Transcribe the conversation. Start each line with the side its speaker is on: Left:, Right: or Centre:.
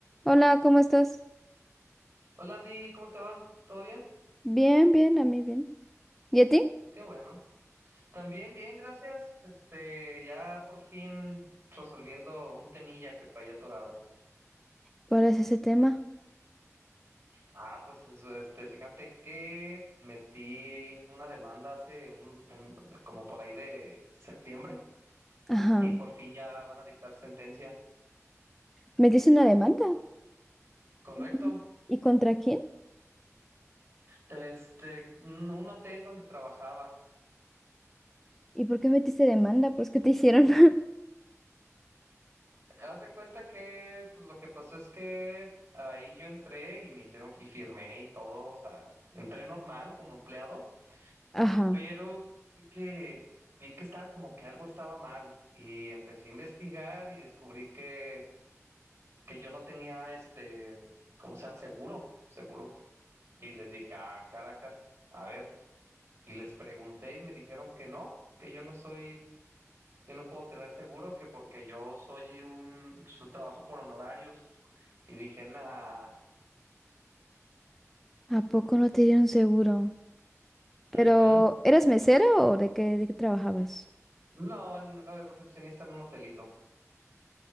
Centre: Hola, ¿cómo estás?
Right: Hola Andy, ¿cómo te va? ¿Todo bien?
Centre: Bien, bien, a mí bien. ¿Y a ti?
Right: Qué bueno. También bien, gracias. Este, ya por fin resolviendo un temilla que traía atorado.
Centre: ¿Cuál es ese tema?
Right: Ah, pues eso, este, fíjate que metí una demanda hace un, un- como por ahí de septiembre
Centre: Ajá.
Right: y por fin ya van a dictar sentencia.
Centre: ¿Metiste una demanda?
Right: Correcto.
Centre: Ujú. ¿Y contra quién?
Right: Este, un un hotel donde trabajaba.
Centre: ¿Y por qué metiste demanda? Pues, ¿qué te hicieron? <laughs>
Right: Haz de cuenta que pues, lo que pasó es que ahí yo entré y me hicieron y firmé y todo, o sea, entré normal como empleado,
Centre: Ajá.
Right: pero vi que vi que estaba como que algo estaba mal y empecé a investigar y descubrí que que yo no tenía este, ¿cómo se llama? Seguro, seguro. Y les dije, "Ah, Caracas, a ver." Y les pregunté y me dijeron que no, que yo no soy yo no puedo tener seguro que porque yo soy un su trabajo por honorarios y dije, nah,
Centre: ¿A poco no te dieron seguro? Pero,
Right: ujú,
Centre: ¿eras
Right: sí,
Centre: mesero o de qué, de qué trabajabas?
Right: no, en- eh, recepcionista en un hotelito.